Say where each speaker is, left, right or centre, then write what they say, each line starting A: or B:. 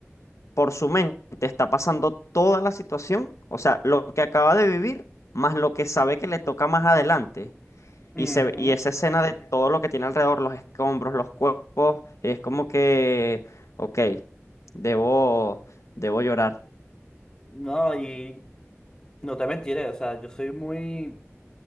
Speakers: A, on the left (about 80°); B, on the left (about 20°).
A: por su mente está pasando toda la situación, o sea, lo que acaba de vivir, más lo que sabe que le toca más adelante.
B: Ujú.
A: Y, se, ve- y esa escena de todo lo que tiene alrededor, los escombros, los cuerpos, es como que, ok, debo, debo llorar.
B: No, y no te mentiré, o sea, yo soy muy...